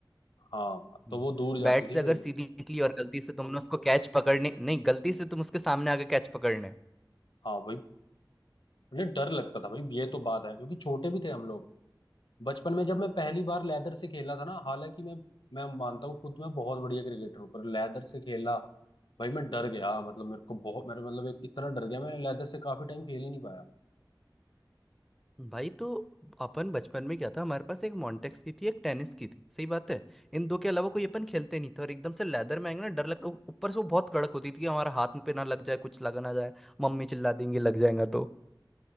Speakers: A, on the left (about 80°); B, in the centre.
A: हाँ
B: हम्म
A: तो वो दूर जाती
B: बैट से
A: थी भाई
B: अगर सीधी निकली और गलती से तुमने उसको कैच पकड़ने नहीं गलती से तुम उसके सामने आके कैच पकड़ने
A: हाँ भाई मतलब डर लगता था भाई ये तो बात है क्योंकि छोटे भी थे हम लोग बचपन में जब मैं पहली बार लेदर से खेला था ना हालांकि मैं मैं मानता हूँ खुद मैं बहुत बढ़िया क्रिकेटर हूँ पर लेदर से खेला भाई मैं डर गया मतलब मेरे को बहुत मेरे मतलब एक इतना डर गया मैं लेदर से काफी टाइम खेल ही नहीं पाया
B: भाई तो अपन बचपन में क्या था हमारे पास एक मॉन्टेक्स की थी एक टेनिस की थी सही बात है इन दो के अलावा कोई अपन खेलते नहीं थे और एकदम से लेदर में आएंगे ना डर लगता उ- ऊपर से वो बहुत कड़क होती थी कि हमारा हाथ पे ना लग जाए कुछ लगा ना जाए मम्मी चिल्ला देंगे लग जाएगा तो